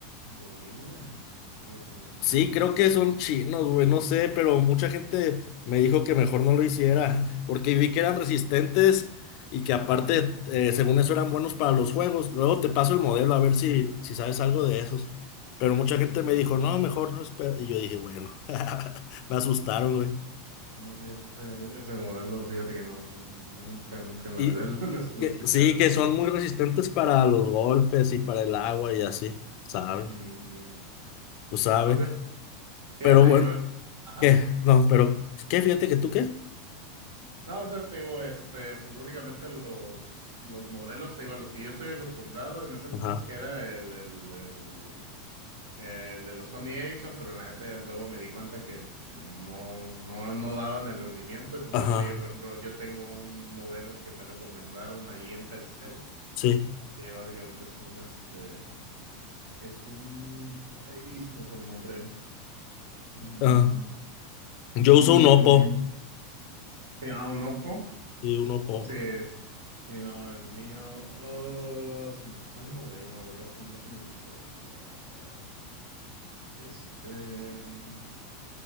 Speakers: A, on the right (about 75°); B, on the left (about 55°).
A: Gorila, no, fíjate, no, no
B: Sí,
A: me suena.
B: creo que son chinos, güey, no sé, pero mucha gente me dijo que mejor no lo hiciera, <laughs> porque vi que eran resistentes y que aparte,
A: Ajá.
B: eh, según eso, eran buenos para los juegos. Luego te paso el modelo a ver si, si sabes algo de esos. Pero mucha gente
A: Mm,
B: me dijo, no, mejor no espera. Y yo dije, bueno, <laughs> me asustaron,
A: no,
B: güey.
A: no, fíjate, ese, ese modelo, fíjate que no, nunca, nunca en la
B: Y
A: vida <laughs> lo, lo, lo
B: que,
A: he escuchado.
B: sí, que son muy resistentes para los golpes y para el agua y así, ¿sabe?
A: Mm, mm.
B: Tú sabes.
A: no, fí- fíjate,
B: Pero bueno,
A: yo, ajá.
B: ¿qué? No, pero, ¿qué? Fíjate que tú qué.
A: No, o sea, te digo, este, pues básicamente los, los modelos, te digo, a los que yo estoy acostumbrado en ese entonces
B: Ajá.
A: que era el, el, el, el de los Sony Ericsson, pero en la neta ya luego me di cuenta que no, no, no daban el rendimiento y pues
B: Ajá.
A: ahorita yo, por ejemplo, yo tengo un modelo que me recomendaron ahí en Telcel
B: Sí.
A: que básicamente es un, este, es un, ahí se me fue el nombre. Mm,
B: Ajá. Yo
A: mm,
B: uso un Oppo.
A: sí, ah, un Oppo.
B: Sí, un Oppo.
A: Sí, sí, no, el mío, oh, se me fue el modelo, a ver, déjame, déjame lo checo rápido. La- este, mm,